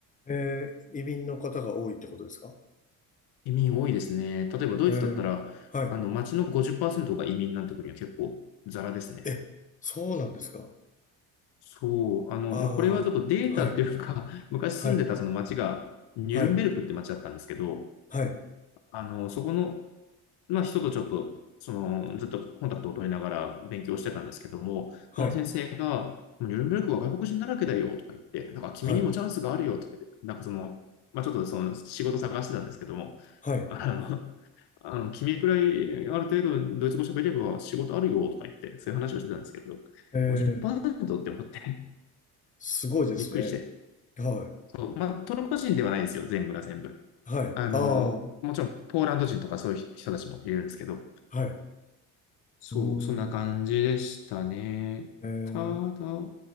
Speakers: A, on the left; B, on the left.
A: ええ、移民の方が多いってことですか
B: 移民多いですね。例えばドイツだったら、
A: ええ、はい。
B: あの、街の50%が移民なんて国は結構ザラですね。
A: え、そうなんですか。
B: そう、あの、
A: ああ、
B: まあ、これはちょっとデータっていうか、
A: はい、
B: <laughs> 昔住んでたその町が、
A: はい、
B: ニュルンベルクって町だったんですけど、
A: はい、はい、
B: あの、そこの、まあ、人とちょっと、その、ずっとコンタクトを取りながら勉強してたんですけども、
A: はい、
B: その先生が、もうニュルンベルクは外国人だらけだよとか言って、だから君にもチャンスがあるよとか言って、
A: はい、
B: なんかその、まあ、ちょっとその仕事探してたんですけども、
A: はい。
B: あの、<laughs> あの君くらいある程度ドイツ語喋れば仕事あるよとか言って、そういう話をしてたんですけど、
A: えー、
B: 50%っパーセントって思って
A: すごいですね。
B: <laughs>、びっくりして。
A: はい、
B: そうまあ、トルコ人ではないんですよ、全部が全部。
A: はい、
B: あの、
A: ああ、
B: もちろん、ポーランド人とかそういう人たちもいるんですけど、
A: はい、
B: そう、
A: うー
B: そんな感じでしたね。
A: ん、えー、
B: ただ、ど